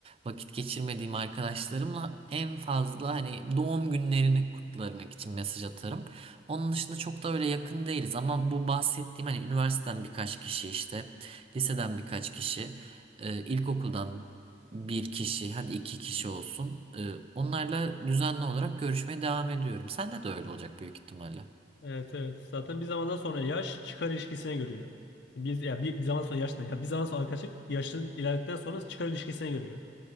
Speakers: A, on the right; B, on the left.
A: vakit geçirmediğim arkadaşlarımla en fazla hani doğum günlerini kutlamak için mesaj atarım. Onun dışında çok da öyle yakın değiliz ama bu bahsettiğim hani üniversiteden birkaç kişi işte, liseden birkaç kişi, e, ilkokuldan bir kişi, hadi iki kişi olsun. E, Onlarla düzenli olarak görüşmeye devam ediyorum. Sende de öyle olacak büyük ihtimalle.
B: Evet evet. Zaten bir zamandan sonra yaş çıkar ilişkisine görüyor. Biz ya bir, bir zaman sonra yaş ne? Ya bir zaman sonra arkadaşlık yaşın ilerledikten sonra çıkar ilişkisine görüyor.